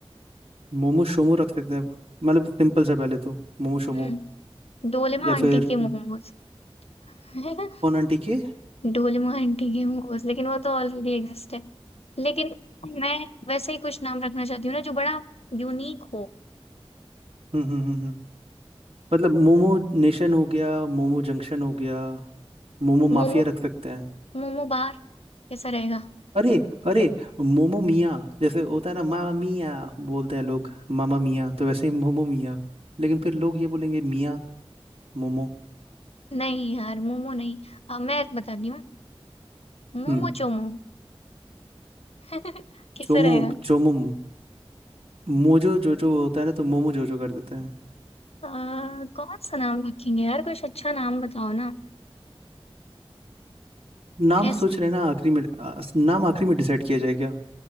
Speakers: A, on the right; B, on the left.
A: मोमो शोमो रख सकते हैं मतलब सिंपल सा पहले तो मोमो शोमो
B: हम्म डोलेमा
A: या
B: आंटी
A: फिर
B: के मोमोज <laughs> है ना?
A: कौन आंटी के हम्म
B: डोलेमा आंटी के मोमोज लेकिन वो तो ऑलरेडी एग्जिस्ट है लेकिन मैं वैसे ही कुछ नाम रखना चाहती हूँ ना जो बड़ा यूनिक हो
A: हम्म हम्म हम्म। मतलब मोमो नेशन हो गया मोमो जंक्शन हो गया मोमो
B: मोमो
A: माफिया रख सकते हैं
B: मोमो बार कैसा रहेगा
A: अरे अरे मोमो मिया जैसे होता है ना मामा मिया बोलते हैं लोग मामा मिया तो वैसे ही मोमो मिया लेकिन फिर लोग ये बोलेंगे मिया मोमो
B: नहीं यार मोमो नहीं अ, मैं बताती हूँ मोमो
A: हम्म
B: चोमो <laughs> कैसा
A: चोमो
B: रहेगा
A: चोमो मोजो जोजो होता है ना तो मोमो जोजो कर देते हैं
B: अ, कौन सा नाम रखेंगे यार कुछ अच्छा नाम बताओ ना
A: नाम
B: ऐसा
A: सोच रहे हैं ना आखिरी में आ, नाम आखिरी में डिसाइड किया जाएगा